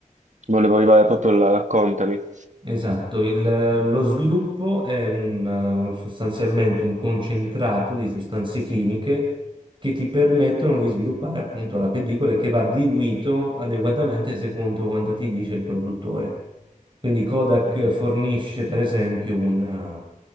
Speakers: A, on the right; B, on the right.
A: Volevo arrivare proprio là, raccontami.
B: Esatto, il- lo sviluppo è un, eh, sostanzialmente un concentrato di sostanze chimiche che ti permettono di sviluppare appunto la pellicola e che va diluito adeguatamente secondo quanto ti dice il produttore. Quindi Kodak
A: Mhm.
B: fornisce per esempio una-